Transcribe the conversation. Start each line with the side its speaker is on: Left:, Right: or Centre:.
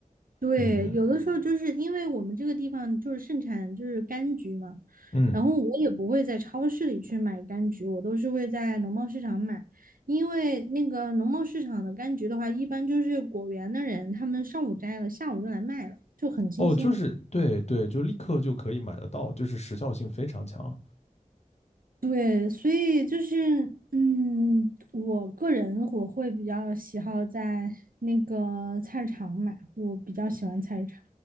Right: 对，
Left: 嗯
Right: 有的时候就是因为我们这个地方就是盛产就是柑橘嘛，
Left: 嗯，
Right: 然后我也不会在超市里去买柑橘，我都是会在农贸市场买，因为那个农贸市场的柑橘的话，一般就是果园的人他们上午摘了，下午就来卖了，就很新鲜。
Left: 哦，就是对对，就立刻就可以买得到，就是时效性非常强。
Right: 对，所以就是，嗯，我个人我会比较喜好在那个菜市场买，我比较喜欢菜市场。